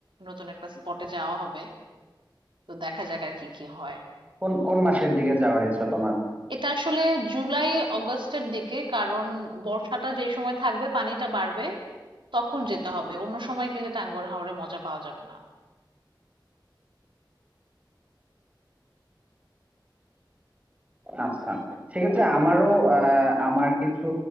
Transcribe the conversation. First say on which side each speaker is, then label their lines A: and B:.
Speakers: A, on the right; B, on the right.
A: নতুন একটা স্পটে যাওয়া হবে তো দেখা যাক আর কি কি হয়
B: কোন কোন মাসের দিকে যাওয়ার ইচ্ছা তোমার
A: এটা আসলে জুলাই অগাস্টের দিকে কারণ বর্ষাটা যেই সময় থাকবে পানিটা বাড়বে তখন যেতে হবে অন্য সময় গেলে টাঙ্গুয়ার হাওরে মজা পাওয়া যাবে না
B: আচ্ছা সেক্ষেত্রে আমারও আহ, আমার কিছু